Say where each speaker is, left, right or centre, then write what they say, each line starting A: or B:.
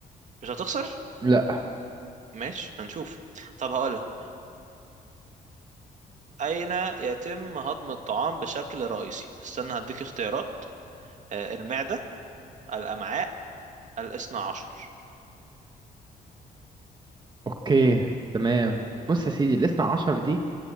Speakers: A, on the right (about 50°); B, on the right (about 30°).
A: مش هتخسر
B: لا
A: ماشي هنشوف طب هقول لك اين يتم هضم الطعام بشكل رئيسي استنى هديك اختيارات آه، المعده الامعاء الاثنى عشر
B: اوكي تمام بص يا سيدي الاثنى عشر دي